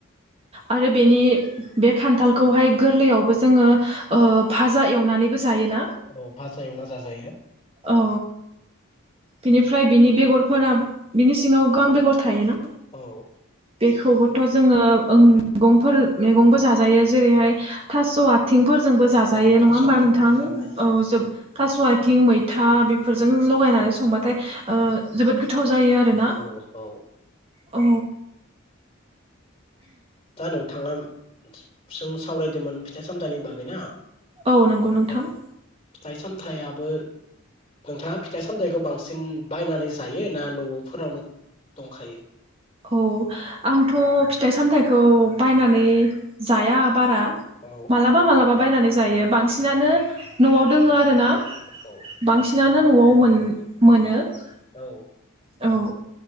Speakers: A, on the right; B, on the left.
A: आरो बेनि बे खान्थाल खौहाय गोरलैयावबो जोङो ओ फाजा एवनानैबो जा जायोना
B: औ भाजा एवना जाजायो
A: औ बिनिफ्राय बिनि बेगरफोरा बिनि सिङाव गां बेगर थायोना?
B: औ
A: बेखौबोथ' जोङो मैगंफोर मैगंबो जाजायो जेरैहाय थास' आ थिंफोरजोंबो
B: औ
A: जाजायो
B: औ थास'
A: नङा होमबा
B: आथिंफोरजों
A: नोंथां?
B: जानो हायो
A: ओ जोब थास' आथिं मैथा बे फोरजों लगायनानै संबाथाय ओ जोबोद गोथाव जायो आरोना
B: औ औ
A: औ
B: दा नोंथांङा जों सावरायदोंमोन फिथाइ सामथाइनि बागै ना?
A: औ नंगौ नोंथां
B: औ
A: ।
B: फिथाइ सामथायाइयाबो नोंथाङा फिथाइ सामथायाइखौ बांसिन बायनानै जायो ना न'फोरावनो दंखायो?
A: औ आंथ' फिथाइ सामथाइखौ बायनानै जाया बारा ।
B: औ
A: मालाबा मालाबा बायनानै जायो बांसि बांसिनानो न'आव दोङो आरो ना
B: औ
A: बांसि नानो न'आव मोन मोनो ।
B: औ
A: औ